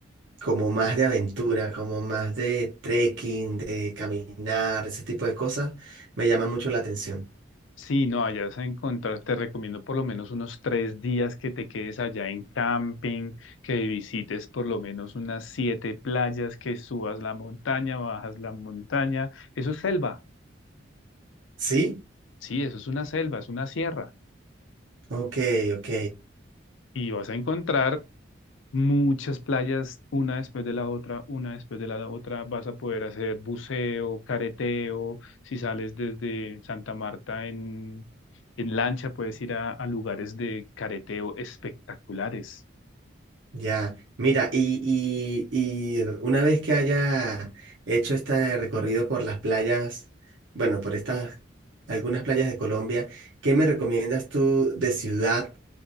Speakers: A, on the right; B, on the left.
A: como más de aventura, como más de trekking, de caminar, ese tipo de cosas, me llama mucho la atención.
B: Sí, no, allá vas a encontrar, te recomiendo por lo menos unos tres días que te quedes allá en camping, que visites por lo menos unas siete playas, que subas la montaña, bajas la montaña. Eso es selva,
A: ¿Sí?
B: sí, eso es una selva, es una sierra.
A: Ok, ok,
B: Y vas a encontrar Muchas playas, una después de la otra, una después de la otra, vas a poder hacer buceo, careteo, si sales desde Santa Marta en, en lancha, puedes ir a, a lugares de careteo espectaculares.
A: Ya, mira, y, y, y una vez que haya hecho este recorrido por las playas, bueno, por estas, algunas playas de Colombia, ¿qué me recomiendas tú de ciudad?